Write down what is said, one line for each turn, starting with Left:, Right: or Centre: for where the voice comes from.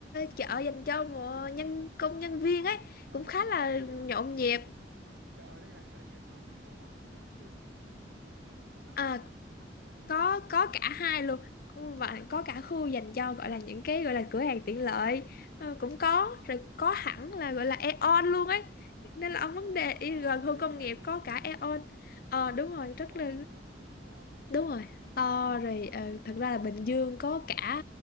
Left: chợ dành cho ờ, nhân công nhân viên ấy
Right: à
Left: cũng khá là
Right: tức là
Left: nhộn
Right: kiểu
Left: nhịp
Right: chợ ở đây là chợ truyền thống hay là các siêu thị mini như kiểu Winmart
Left: À,
Right: Winmart các thứ
Left: có
Right: bà
Left: có cả hai luôn Ừ, và có cả khu dành cho gọi là những cái gọi là cửa hàng tiện lợi ờ, cũng có rồi có hẳn là gọi là Aeon luôn ấy nên
Right: à
Left: là ông vấn
Right: có Aeon
Left: đề y
Right: à
Left: gần
Right: ở
Left: khu
Right: đấy
Left: công
Right: có cả
Left: nghiệp
Right: Aeon
Left: có cả
Right: à
Left: Aeon
Right: Ừ.
Left: ờ
Right: Aeon
Left: đúng
Right: thì là
Left: rồi rất
Right: to
Left: là
Right: đúng không siêu thị to luôn đúng
Left: đúng
Right: không
Left: rồi to rồi ờ,
Right: ừ.
Left: thật ra là Bình Dương có cả